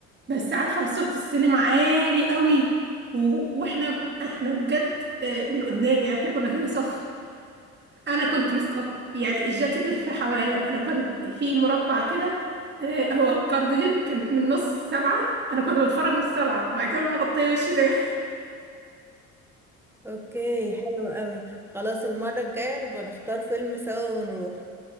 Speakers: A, on the right; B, in the centre.
A: بس عارفة صوت السينما عالي قوي و... واحنا احنا بجد آه، من قدام يعني احنا كنا تاني صف انا كنت مستغربه يعني الجاكيت لف حواليا انا كنت في مربع كده آه، هو الكارديجان كانت من نص سبعة انا كنت بتفرج من السبعة بعد كده مغطيه وشي تاني
B: اوكي حلو قوي خلاص المرة الجاية نبقى نختار فيلم سوا ونروح